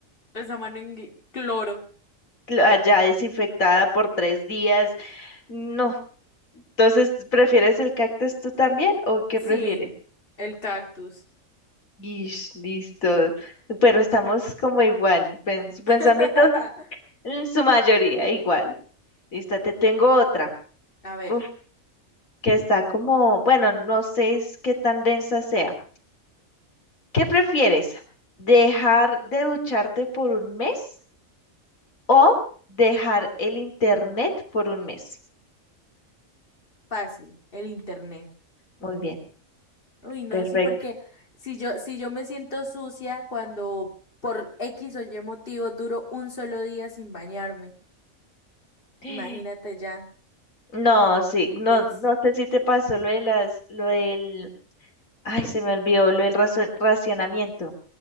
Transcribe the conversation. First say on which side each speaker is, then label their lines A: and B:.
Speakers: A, on the left; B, on the left.
A: esa mano en gui- cloro.
B: cl- allá desinfectada por tres días. No. Entonces, ¿prefieres el cactus tú también o qué
A: Sí,
B: prefieres?
A: el cactus.
B: Ish, listo. Pero estamos como igual. Pensamientos
A: <laughs>
B: En su mayoría, igual. Listo, te tengo otra.
A: A ver,
B: Uf, que está como, bueno, no sé es qué tan densa sea. ¿Qué prefieres? ¿Dejar de ducharte por un mes o dejar el internet por un mes?
A: fácil, el internet.
B: Muy bien,
A: Uy, no,
B: perfecto.
A: sí, porque si yo, si yo me siento sucia cuando por X o Y motivo duro un solo día sin bañarme,
B: <gasps>
A: imagínate ya,
B: No, sí, no,
A: ¿ves?
B: no sé si te pasó lo de las, lo del, ay, se me olvidó, lo del razo- racionamiento.